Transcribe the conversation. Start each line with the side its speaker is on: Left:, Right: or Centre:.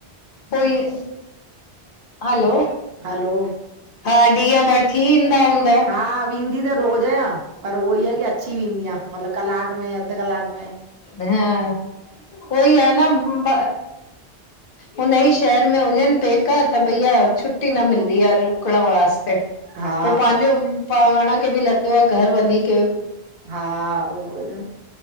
Left: कोई, हलो!
Right: हलो
Left: हा, ॾींह भर थी ईंदा हूंदौ?
Right: हा, वींदी त रोज़ आयां, पर उहोई आ, की अची वेंदी आं, मतलब कलाक में, अध कलाक में।
Left: हा उहोई आ न, हुनई शहर में हुजन, पे का, त भइया छुट्टी न मिलदी आ, रुकण वास्ते,
Right: हा
Left: पो पांजो पाण खे बि लॻदो आ, घर वञी। के,
Right: हा उहो ई न